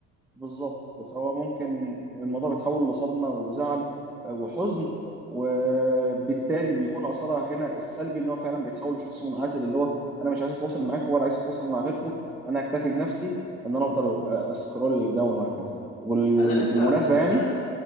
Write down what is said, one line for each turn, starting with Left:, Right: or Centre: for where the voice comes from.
Centre: بالظبط
Left: مم.
Centre: فهو ممكن الموضوع بيتحول لصدمة وزعل وحزن وبالتالي بيكون أثرها هنا السلبي إن هو فعلا بيتحول لشخص منعزل اللي هو أنا مش عايز أتواصل معاكم ولا عايز أتواصل مع غيركم وأنا هكتفي بنفسي وإن أنا أفضل أسكرول
Left: مم.
Centre: داون وهكذا وبالمناسبة
Left: انا لسه لسه
Centre: يعني